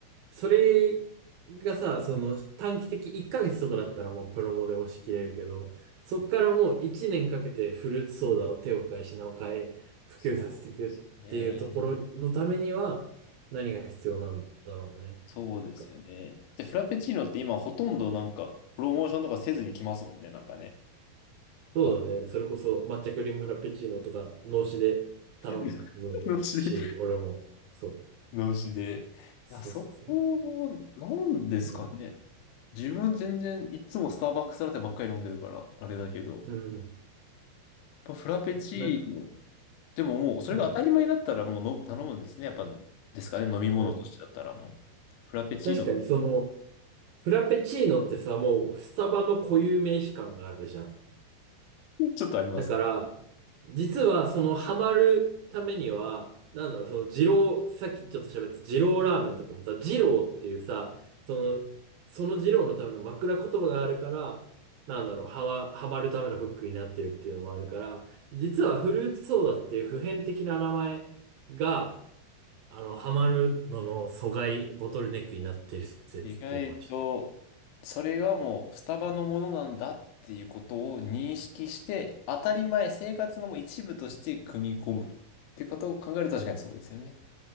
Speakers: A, on the right; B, on the left.
A: それがさ、その短期的1ヶ月とかだったらもうプロモで押し切れるけど、
B: うん
A: そっからもう1年かけてフルーツソーダを手を変え品を変え普及させていくっていうところのためには何が必要なんだろうね。
B: うんそうですよね。そうですよね。
A: なんか
B: で、フラペチーノって今ほとんどなんか、プロモーションとかせずに来ますもんね、なんかね。
A: そうだね。
B: あ
A: それこそ抹茶クリームフラペチーノとか、脳死で頼むし、
B: <laughs> 脳死で。
A: 俺も、そう。
B: 脳死で。
A: そうそうそう。
B: いや、そこは、なんですかね。
A: うん。
B: 自分全然いつもスターバックスラテばっかり飲んでるから、あれだけど。
A: うん。
B: やっぱフラペチーノ、
A: なんか、
B: でももうそれが当たり前になったらもう飲む頼むんですね。
A: うん。
B: やっぱ、ですかね、飲み物としてだったらもう。
A: うん。
B: フラペチーノ、
A: 確かにその、フラペチーノってさ、もう、スタバの固有名詞感があるじゃん。
B: ちょっとありますね。
A: だから、実はそのハマるためには、なんだろう、その二郎、さっきちょっと喋った二郎ラーメンとかもさ、二郎っていうさ、その、その二郎のための枕言葉があるから、なんだろう、ハマ、ハマるためのフックになってるっていうのもあるから、実はフルーツソーダっていう普遍的な名前が、あの、ハマるのの阻害、ボトルネックになってる説っていうのはちょっと、
B: 意外と、それがもうスタバのものなんだっていうことを認識して、当たり前、生活のもう一部として組み込むっていうことを考えると確かにそうですよね。